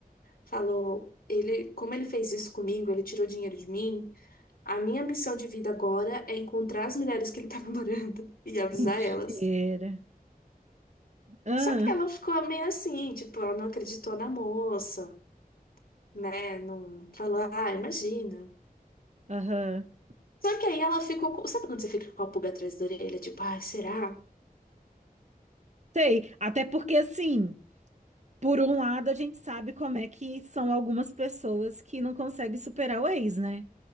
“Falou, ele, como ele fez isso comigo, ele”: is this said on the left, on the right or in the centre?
Left